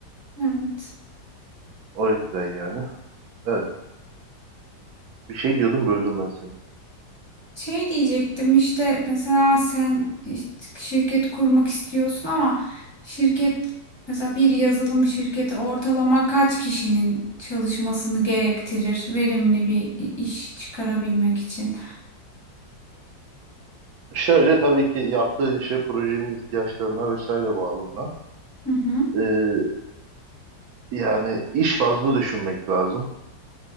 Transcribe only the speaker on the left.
evet.
Şey diyecektim işte mesela sen işte şirket kurmak istiyorsun ama şirket mesela bir yazılım şirketi ortalama kaç kişinin çalışmasını gerektirir verimli bir i- iş çıkarabilmek için?
Hı hı,